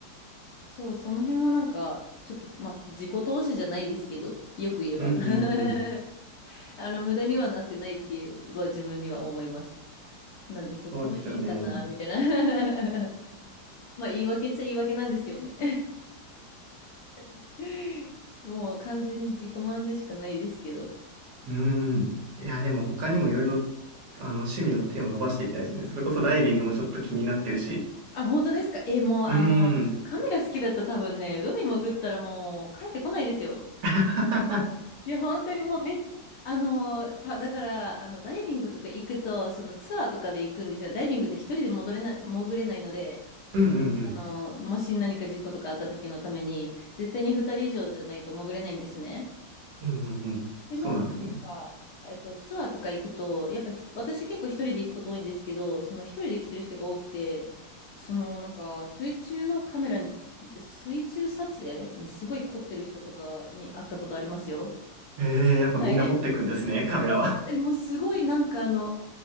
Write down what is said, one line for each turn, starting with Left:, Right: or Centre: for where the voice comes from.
Left: そう、その辺はなんか、ちょっと、ま、自己投資じゃないですけど、よく言えば。
Right: うんうんうん。
Left: <laughs> あの、無駄にはなってないっていうは自分には思います。なんでそこはいいかな、
Right: そうですよね。
Left: みたいな。<laughs> まあ言い訳っちゃ言い訳なんですけどね。<laughs> もう完全に自己満でしかないですけど。
Right: うーん。いや、でも他にもいろいろ、あの、趣味の手を伸ばしていきたいですね。それこそダイビングもちょっと気になってるし。
Left: あ、本当ですかえ、もうあの、
Right: うー
Left: ちょっとカメラ好きだったら多分ね、
Right: ん。
Left: 海潜ったらもう帰ってこないですよ。
Right: <laughs>
Left: いや、本当にもうめっちゃ、あの、た、だから、あの、ダイビングとか行くと、そのツアーとかで行くんですよ。ダイビングって一人で戻れない、潜れないので、
Right: うんうんうん。
Left: あの、もし何か事故とかあった時のために、絶対に二人以上じゃないと潜れないんですね。
Right: うんうんうん。
Left: ってなると、
Right: そうなんですね。
Left: なんか、えっと、ツアーとか行くと、やっぱひ私結構一人で行くこと多いんですけど、その一人で来てる人が多くて、そのなんか水中のカメラに、水中撮影にすごい凝ってる人とかに会ったことありますよ。
Right: ええ、やっぱみんな持ってくんですね、
Left: はい。
Right: カメラは。
Left: <laughs> え、もうすごいなんかあの、